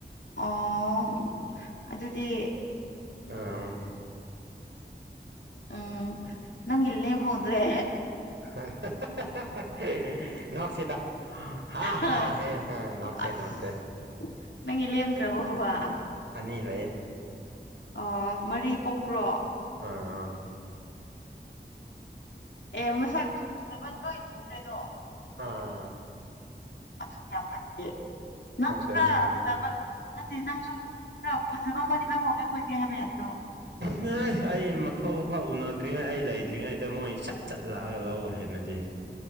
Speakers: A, on the left; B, on the right.
A: ꯑꯣ ꯑꯗꯨꯗꯤ
B: <unintelligible>
A: ꯎꯝ ꯅꯪꯒꯤ ꯂꯦꯝꯍꯧꯗ꯭ꯔꯦ
B: <unintelligible> ꯅꯣꯛꯁꯤꯗ ꯍꯥ
A: ꯍꯣꯏ
B: ꯍꯥ ꯍꯦ ꯍꯦ ꯅꯣꯛꯁꯦ
A: ꯑꯁ
B: ꯅꯣꯛꯁꯦ
A: ꯅꯪꯒꯤ ꯂꯦꯝꯗ꯭ꯔꯕꯣꯕ
B: ꯑꯅꯤ ꯂꯩꯌꯦ
A: ꯑ ꯃꯔꯤ ꯄꯣꯛꯄ꯭ꯔꯣ
B: ꯑꯥ ꯑ
A: ꯑꯦ ꯃꯁꯛ ꯐꯖꯕꯗꯤ ꯂꯣꯏ ꯄꯨꯈ꯭ꯔꯦꯗꯣ
B: ꯑꯥ
A: ꯑꯗꯨꯗꯤ ꯌꯥꯝ ꯐꯠꯇꯦ ꯅꯪꯁꯨ
B: ꯐꯠꯇꯦ
A: ꯈꯔ
B: ꯃꯣꯏ
A: ꯐꯖꯕ ꯅꯠꯇꯦ ꯅꯪꯁꯨ ꯈꯔ ꯐꯖꯕ ꯑꯃꯗꯤ ꯂꯧꯍꯧꯒꯦ ꯈꯣꯠꯀꯦ ꯍꯥꯏꯕ ꯌꯥꯗ꯭ꯔꯣ
B: ꯉꯥꯏ ꯑꯩ ꯃꯐꯧ ꯃꯐꯥꯎ ꯎꯅꯗ꯭ꯔꯤꯉꯩ ꯑꯩ ꯂꯩꯗ꯭ꯔꯤꯉꯩꯗ ꯃꯣꯏ ꯁꯠ ꯆꯠ ꯂꯥꯛꯑꯒ ꯂꯧ ꯍꯥꯏꯅꯗꯤ